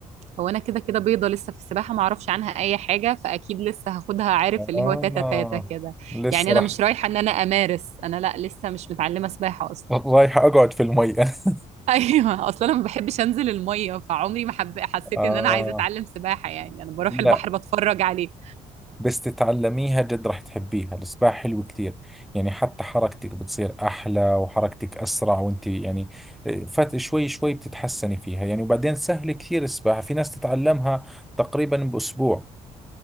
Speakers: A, on the right; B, in the centre.
A: هو انا كده كده بيضه لسه في السباحه ما اعرفش عنها اي حاجه فاكيد لسه هاخدها عارف
B: آه
A: اللي هو تاتا تاتا كده
B: لسه
A: يعني انا
B: راح
A: مش رايحه ان انا امارس انا لا لسه مش متعلمه سباحه اصلا
B: رايح اقعد في المي <laughs>
A: <laughs> ايوه اصلا انا ما بحبش انزل الميه فعمري ما حب... حسيت
B: آه
A: ان انا عايزه اتعلم سباحه يعني انا بروح
B: لا
A: البحر بتفرج عليه
B: بس تتعلميها جد راح تحبيها السباحة حلو كثير يعني حتى حركتك بتصير أحلى وحركتك أسرع وانت يعني فات شوي شوي بتتحسني فيها يعني وبعدين سهل كثير السباحة في ناس تتعلمها تقريبا بأسبوع